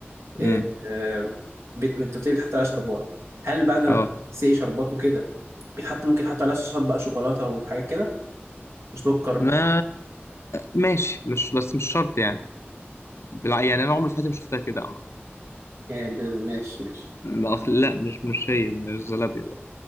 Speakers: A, on the right; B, on the left.
A: آه،
B: امم
A: آه، بت... انت قلت لي بتحط عليها شربات هل بعد ما
B: اه
A: تسقي شربات وكده بيتحط ممكن يحط عليها صوصات بقى شوكولاته وحاجات كده سكر
B: ما ماشي مش بس مش شرط يعني بالع... يعني انا عمري في حياتي ما شفتها كده عامه
A: يعني ب- ماشي ماشي
B: لا اصل لا مش مش هي مش زلابيا ده